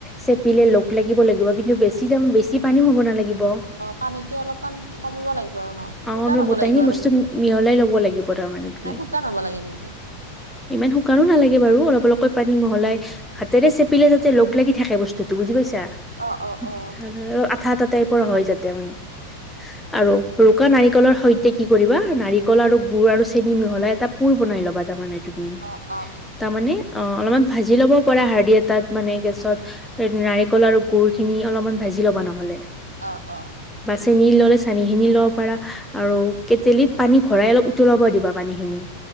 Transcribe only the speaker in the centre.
চেপিলে লাগিব লাগিব কিন্তু বেছি দাম বেছি পানীও হ'ব নালাগিব অ
আমাৰ
গোটাহিনী
বস্তু মিহলাই ল'ব থব লাগিব তাৰমানে তুমি
ইমান শুকানো নালাগে। লব লাগে বাৰু অলপ অলপকৈ পানী মহলাই হাতেৰে চেপিলে যাতে লগ লাগি থাকে বস্তুটো বুজি পাইছে? চাউলৰ
আঠা আঠা টাইপৰ হয় যাতে মানে, আৰু ৰুকা নাৰিকলৰ সৈতে কি কৰিবা নাৰিক গুৰ আৰু চেনি মিহলাই এটা পুৰ বনাই লবা তাৰমানে তুমি
তামানে ভাজি ল'ব পৰা সাৰ দি এটাত মানে গেছত এ নাৰিকল আৰু গুৰ খিনি, অলপমান ভাজি ল'বা নহ'লে
চেনী ললে চেনী খিনি লব পাৰা আৰু কেটলিত পানী ভৰাই অলপ উতলাব দিবা পানীখিনি